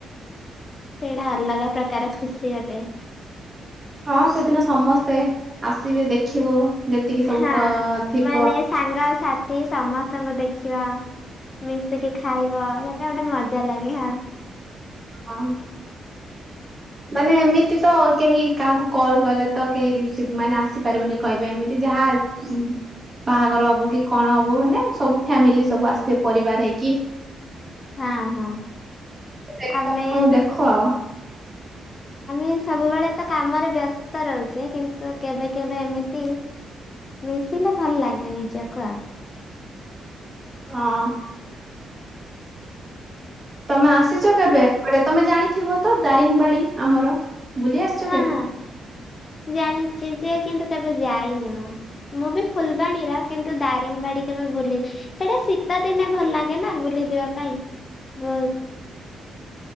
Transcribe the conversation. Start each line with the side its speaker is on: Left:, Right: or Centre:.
Left: ସେଇଟା ଅଲଗା ପ୍ରକାର ଖୁସି ଗୋଟେ।
Right: ହଁ ସେଦିନ ସମସ୍ତେ ଆସିବେ ଦେଖିବୁ ଯେତିକି ସବୁ
Left: ହଁ
Right: କ ଥିବ।
Left: ମାନେ ସାଙ୍ଗ ସାଥି ସମସ୍ତଙ୍କୁ ଦେଖିବ। ମିଶିକି ଖାଇବ ସେଟା ଗୋଟେ ମଜା ଲାଗେ ହଁ।
Right: ଆଁ ମାନେ ଏମିତି ତ କେହି କାହାକୁ କଲ୍ କଲେ ତ କେହି ରିସିଭ ମାନେ ଆସିପାରିବେନି କହିବେ ଏମିତି ଯାହା ଉ ବାହାଘର ହବ କି କଣ ହବ ମାନେ ସବୁ ଫ୍ୟାମିଲି ସବୁ ଆସିଥିବେ ପରିବାର ହେଇକି।
Left: ହଁ ହଁ
Right: ସମସ୍ତଙ୍କୁ
Left: ଆମେ
Right: ଦେଖ ଆଉ
Left: ଆମେ ସବୁବେଳେ ତ କାମରେ ବ୍ୟସ୍ତ ରହୁଛେ କିନ୍ତୁ କେବେ କେବେ ଏମିତି ମିଶିଲେ ଭଲ ଲାଗେ ନିଜକୁ ଆଉ।
Right: ହଁ। ତମେ ଆସିଛ କେବେ ଏପଟେ ତମେ ଜାଣିଥିବ ତ ଦାରିଙ୍ଗବାଡି ଆମର ବୁଲି ଆସିଛ
Left: ହଁ
Right: କେବେ?
Left: ହଁ ଜାଣିଛି ଯେ କିନ୍ତୁ କେବେ ଯାଇନି ମୁଁ ମୁଁ ବି ଫୁଲବାଣୀର କିନ୍ତୁ ଦାରିଙ୍ଗବାଡି କେବେ ବୁଲି ସେଇଟା ଶୀତ ଦିନେ ଭଲ ଲାଗେ ନା ବୁଲି ଯିବା ପାଇଁ ବହୁତ।